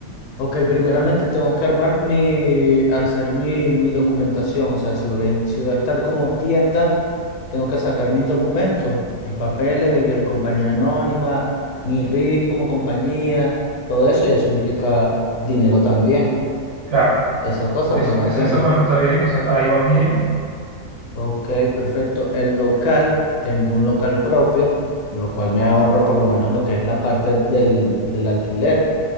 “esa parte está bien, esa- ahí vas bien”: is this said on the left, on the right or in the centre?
Right